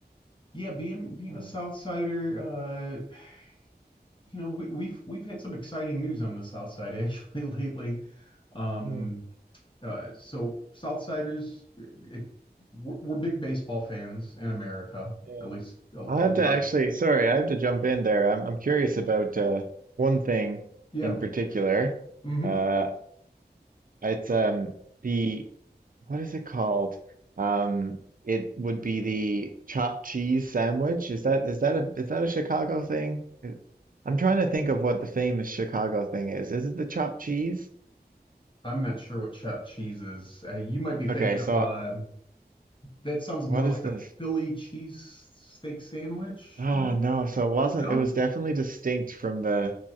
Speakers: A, on the left; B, on the right.
A: yeah being being
B: Yeah.
A: a South Sider uh you know we, we've we've had some exciting news on the South Side <laughs> actually lately um
B: Hmm.
A: uh so Southsiders, it, we're, we're big baseball fans in America
B: Yeah.
A: at least a, a lot
B: I'll have to actually, sorry, I have to jump in there. I'm I'm curious about uh, one thing
A: yeah
B: in particular.
A: hmm
B: Uh, It's um the what is it called? Um, it would be the chopped cheese sandwich. Is that is that a is that a Chicago thing? It- I'm trying to think of what the famous Chicago thing is. Is it the chopped cheese?
A: I'm not sure what chopped cheese is. Uh, you might be thinking
B: Okay, so
A: of uh, that sounds
B: what
A: more like
B: is this?
A: a Philly cheese steak sandwich,
B: Ah,
A: maybe?
B: no. So it wasn't.
A: No?
B: It was definitely distinct from the.